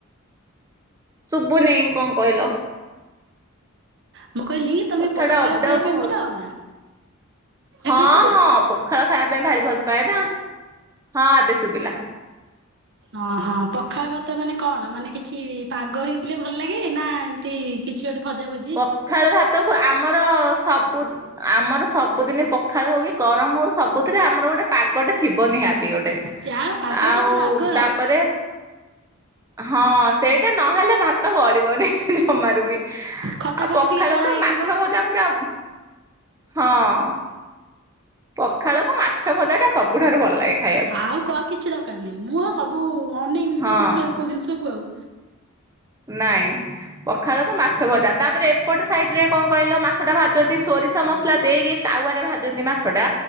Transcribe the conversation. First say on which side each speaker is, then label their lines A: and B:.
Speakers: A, on the right (about 15°); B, on the right (about 55°).
A: ଶୁବୁନି କଣ କହିଲ?
B: ମୁଁ କହିଲି ତୋମେ
A: କଥାଟା
B: ପଖାଳ
A: ଅପଡାଉନ
B: ଖାଇବା ପାଇଁ
A: ହଉ
B: ଭଲ ପାଅନା?
A: ହଁ
B: ଏବେ ଶୁବିଲା?
A: ହଁ ହଁ ପଖାଳ ଖାଇବା ପାଇଁ ଭାରି ଭଲ ପାଏ ନା, ହଁ ଏବେ ଶୁବିଲା।
B: ଅଁ, ହଁ ପଖାଳ ଭାତ ମାନେ କଣ ମାନେ କିଛି ପାଗ ହେଇଥିଲେ ଭଲ ଲାଗେ ନା ଏମ ତି କିଛି ଗୋଟେ ଭଜା ଭଜ
A: ପଖାଳ ଭାତ କୁ ଆମର ସବୁ ଆମର ସବୁଦିନେ ପଖାଳ ହଉ କିି ଗରମ ହଉ ସବୁଥିରେ ଆମର ଗୋଟେ ପାଗଟେ ଥିବ ନିହା ତି ଗୋଟେ
B: ଯାହା ପାଗଟା
A: ଆଉ
B: ତ ରାଗ
A: ତାପରେ
B: ଆଉ
A: ହଁ ସେଇଟା ନହେଲେ ଭାତ ଗଳିବନି ଜମାରୁ ବି।
B: ଖଟା
A: ଆଉ
B: ଖଟି
A: ପଖାଳକୁ
B: ଟିକେ ଦଳା
A: ତ
B: ହେଇଥିବ।
A: ମାଛ ଭଜା ପୁରା ହଁ ପଖାଳକୁ ମାଛ ଭଜା ଟା ସବୁଠାରୁ ଭଲ ଲାଗେ ଖାଇବାକୁ।
B: ଆଉ କଣ ଆଉ କିଛି ଦରକାର ନାହିଁ, ମୁଁ ଆଉ ସବୁ ଅନେଇବିନି
A: ହଁ
B: ତ କୋଉଠି ଆ, କୋଉ ଜିନିଷକୁ ଆଉ।
A: ନାଇଁ। ପଖାଳକୁ ମାଛ ଭଜା, ତାପରେ ଏପଟ ସାଇଟରେ କଣ କହିଲ ମାଛଟା ଭାଜନ୍ତି ସୋରିଷ ମସଲା ଦେଇକି ତାୱରେ ଭାଜନ୍ତି ମାଛଟା।